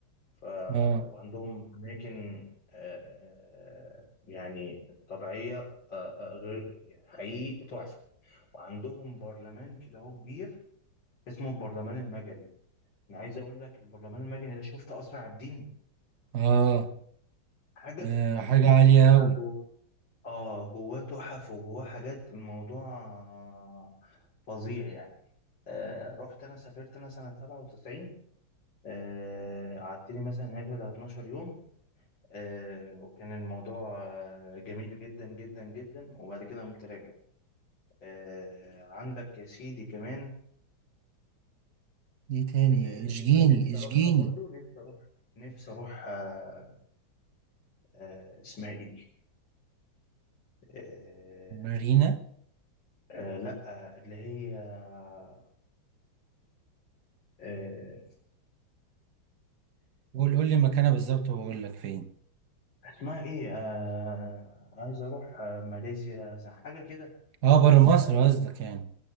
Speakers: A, on the left; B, on the right.
A: ف...
B: اه
A: وعندهم أماكن آه، آه، يعني طبيعية آه، آه، غير يعني حقيقي تحفة وعندهم برلمان كده هو كبير اسمه البرلمان المجري أنا عايز أقول لك البرلمان المجري ده شفت أسرع عابدين
B: اه
A: حاجة
B: آه،
A: في الحجم
B: حاجة
A: ده
B: عالية
A: بس بقى
B: أوي
A: جوه اه جواه تحف وجواه حاجات الموضوع آه، فظيع يعني آه رحت انا سافرت انا سنة 97 آه قعدت لي مثلا هناك بتاع 12 يوم آه وكان الموضوع آه جميل جدا جدا جدا وبعد كده قمت راجع آه عندك يا سيدي كمان
B: دي تاني
A: آه
B: اشجيني
A: اللي نفسي
B: اشجيني
A: اروحها برضو نفسي اروح نفسي اروح آه آه اسمها ايه دي آه
B: مارينا
A: آه لا آه، اللي هي آه آه،
B: قول قول لي مكانها بالظبط وأقول لك فين
A: اسمها ايه آه عايز اروح آه ماليزيا حاجه كده
B: اه بره
A: اه
B: مصر قصدك يعني